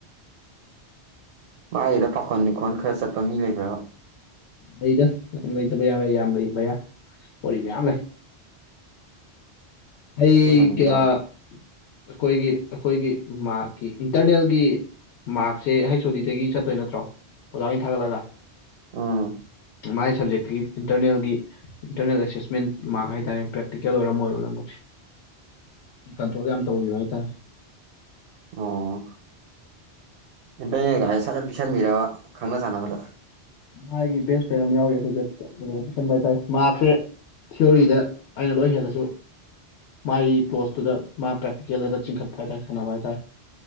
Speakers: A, on the right; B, on the left.
A: ꯃꯥꯒꯤꯗ ꯄꯥꯈꯣꯟ ꯂꯤꯈꯣꯟ ꯈꯔ ꯆꯠꯄ ꯃꯤ ꯂꯩꯕ꯭ꯔꯥꯕꯥ
B: ꯂꯩꯗ ꯂꯩꯇꯕ ꯌꯥ ꯂꯩ ꯌꯥꯝ ꯂꯩꯕ ꯋꯥꯔꯤ ꯃꯌꯥꯝ ꯂꯩ
A: <unintelligible>
B: ꯑꯩꯩ
A: ꯑꯗꯨꯅꯅꯤ
B: ꯀꯌꯥ
A: ꯀꯩꯗꯧꯔꯕ
B: ꯑꯩꯈꯣꯏꯒꯤ ꯑꯩꯈꯣꯏꯒꯤ ꯃꯔꯥꯛꯀꯤ ꯏꯟꯇꯔꯅꯦꯜꯒꯤ ꯃꯥꯔꯛꯁꯦ ꯍꯩꯁ ꯑꯣ ꯗꯤꯗꯒꯤ ꯆꯠꯇꯣꯏ ꯅꯠꯇ꯭ꯔꯣ ꯑꯣꯖꯥꯅ ꯊꯥꯒꯠꯂꯒ
A: ꯑꯥ
B: ꯃꯥꯏ ꯁꯕꯖꯦꯛꯀꯤ ꯏꯟꯇꯔꯅꯦꯜꯒꯤ ꯏꯟꯇꯔꯅꯦꯜ ꯑꯦꯁꯦꯁꯃꯦꯟ ꯃꯔ ꯍꯥꯏꯇꯥꯔꯦ ꯄ꯭ꯔꯦꯛꯇꯤꯀꯦꯜ ꯑꯣꯏꯔꯝ ꯑꯣꯏꯔꯣ ꯂꯣꯏ ꯃꯛ ꯁꯦ
A: <unintelligible>
B: ꯁꯤ ꯀꯟꯇ꯭ꯔꯣꯜꯒ ꯌꯥꯝ ꯇꯧꯈꯤꯕ ꯍꯥꯏꯇꯥꯔꯦ
A: ꯑꯣ ꯑꯇ ꯒꯥꯔꯤ ꯁꯥꯖꯠ ꯄꯤꯁꯟꯕꯤꯔꯕ ꯈꯪꯅ ꯆꯥꯟꯅꯕꯗ
B: ꯃꯥꯒꯤ ꯕꯦꯁ ꯐ꯭ꯔꯦꯟ ꯑꯃ ꯌꯥꯎꯏꯤ ꯑꯩꯈꯣꯏ ꯑꯗꯨ ꯄꯤꯁꯟꯕ ꯍꯥꯏꯇꯥꯔꯦ ꯃꯔꯥꯛꯁꯦ ꯊꯤꯑꯣꯔꯤꯗ ꯑꯩꯅ ꯂꯣꯏ ꯍꯦꯜꯂꯁꯨ ꯃꯥꯒꯤ ꯀ꯭ꯂꯣꯁꯇꯨꯗ ꯃꯥ ꯄ꯭ꯔꯦꯛꯇꯤꯀꯦꯜ ꯍꯥꯏꯗ ꯆꯤꯡꯈꯠꯄ ꯍꯥꯏ ꯇꯥꯔꯦ ꯁꯥꯟꯅꯕ ꯍꯥꯏ ꯇꯥꯔꯦ